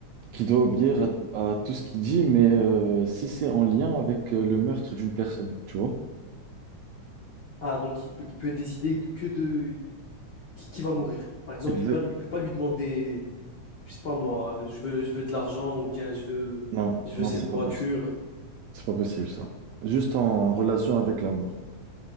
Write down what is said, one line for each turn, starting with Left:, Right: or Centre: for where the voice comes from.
Right: qui doit obéir
Left: Ok.
Right: à, à tout ce qu'il dit, mais euh, si c'est en lien avec euh, le meurtre d'une personne, tu vois?
Left: Ah, donc il peut, il peut décider de- que de qui, qui va mourir. Par exemple,
Right: Exact.
Left: il peut, il peut pas lui demander, je sais pas moi, je veux, je veux de l'argent ou bien je veux,
Right: Non,
Left: je veux
Right: non,
Left: cette
Right: c'est
Left: voiture.
Right: pas possible. C'est pas possible ça. Juste en relation avec la mort.